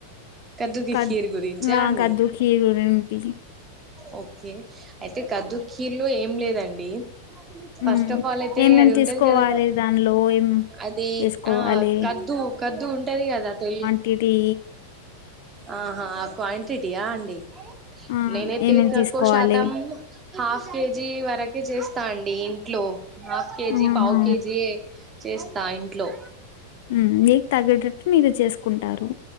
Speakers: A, on the right; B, on the left.
A: కద్దుకి
B: <unintelligible>
A: కీర్ గురించా అండి ఓకే అయితే కీర్ లో ఏం లేదండి
B: హ్మ్
A: ఫస్ట్ ఆఫ్ ఆల్ అయితే
B: ఏమేమి
A: అది
B: తీసుకోవాలి
A: ఉంటది కదా
B: దానిలో ఏం
A: అది
B: వేసుకోవాలి
A: ఆ కద్దు కద్దు ఉంటది కదా <unintelligible>
B: టిటి
A: ఆహా క్వాంటిటీయ అండి
B: ఆ
A: నేనయితే
B: ఏమేమి
A: తక్కువ
B: తీసుకోవాలి
A: శాతం హాఫ్ కేజీ వరకే చేస్తాన్డి ఇంట్లో హాఫ్ కేజీ
B: ఆహా
A: పావ్ కేజీఏ చేస్తా ఇంట్లో
B: మ్ నీకు తగే టట్టు మీరే చేసుకుంటారు